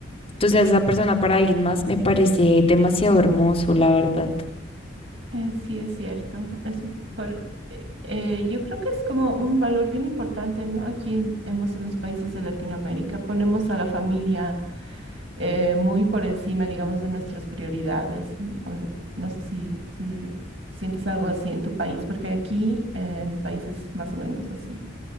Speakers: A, on the left; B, on the right.
A: Entonces, esa persona para alguien más me parece demasiado hermoso, la verdad.
B: Eh, sí, es cierto. Es im- por- eh, eh, yo creo que es como un valor bien importante, ¿no? Aquí en- hemos en los países de Latinoamérica, ponemos a la familia eh, muy por encima, digamos, de nuestras prioridades. Mm, o n- no sé si, si sientes algo así en tu país, porque aquí eh, en mi país es más o menos así.